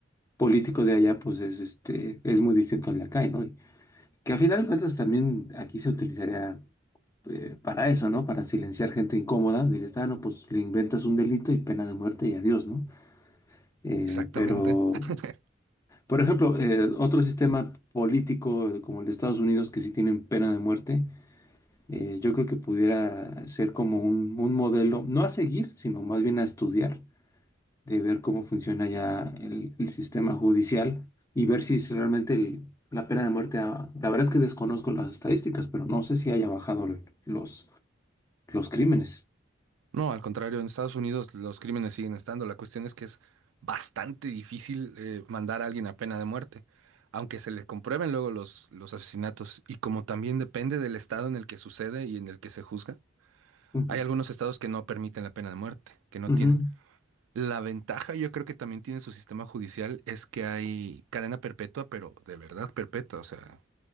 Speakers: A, on the left; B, on the right.
A: político de allá, pues es este, es muy distinto al de acá, ¿no? Y que a final de cuentas también aquí se utilizaría eh, para eso, ¿no? Para silenciar gente incómoda, dirías, ah, no, pues le inventas un delito y pena de muerte y adiós, ¿no? Eh,
B: Exactamente.
A: pero,
B: <laughs>
A: por ejemplo, eh, otro sistema político eh, como el de Estados Unidos que sí tienen pena de muerte, eh, yo creo que pudiera ser como un, un modelo, no a seguir, sino más bien a estudiar de ver cómo funciona ya el, el sistema judicial y ver si es realmente el- la pena de muerte, ha- la verdad es que desconozco las estadísticas, pero no sé si haya bajado l- los, los crímenes.
B: No, al contrario, en Estados Unidos los crímenes siguen estando. La cuestión es que es bastante difícil eh, mandar a alguien a pena de muerte, aunque se le comprueben luego los, los asesinatos. Y como también depende del estado en el que sucede y en el que se juzga,
A: Ujú.
B: hay algunos estados que no permiten la pena de muerte, que no
A: Ujú.
B: tienen. La ventaja yo creo que también tiene su sistema judicial es que hay cadena perpetua, pero de verdad perpetua. O sea,